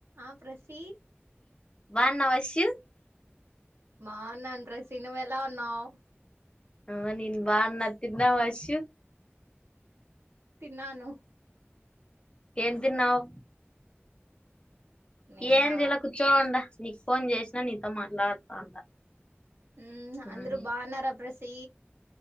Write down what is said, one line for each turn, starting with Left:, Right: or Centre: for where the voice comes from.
Right: ఆ ప్రసీ
Left: బాన్నావష్యు
Right: మా నాంట్రస్ సీను ఎలా ఉన్నావ్
Left: ఆ నేను బాన్న తిన్నావ అష్యు
Right: తిన్నాను
Left: ఏం తిన్నావ్
Right: నేనా
Left: ఏన్ జైలా కుచోండా నీకు ఫోన్ చేసినా నీతో మాట్లాడుతాండా
Right: మ్మ్
Left: ఉమ్
Right: అంద్రూ బాన్నారా ప్రస్ సి